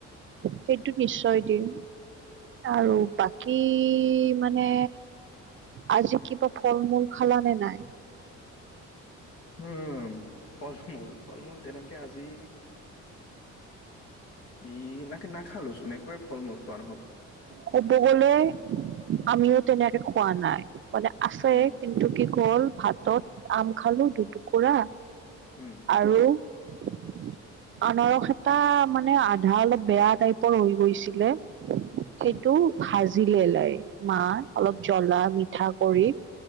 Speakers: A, on the right; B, on the left.
A: সেইটো নিশ্চয় দিম। আৰু বাকী মানে আজি কিবা ফল মূল খালা নে নাই?
B: উম ফল মূল ফল মূল তেনেকে আজি কি নাকে নাখালোচোন একোৱেই ফল মূল খোৱা নহ'ল।
A: ক'ব গলে আমিও তেনেকে খোৱা নাই মানে আছে
B: উম
A: কিন্তু কি কল, ভাতত আম খালো দুটুকুৰা
B: উম
A: আৰু <inaudible> আনাৰস এটা মানে আধা অলপ বেয়া টাইপৰ হৈ গৈছিলে। সেইটো
B: উম
A: ভাজিলে লাই, মাহ অলপ জ্বলা মিঠা কৰি।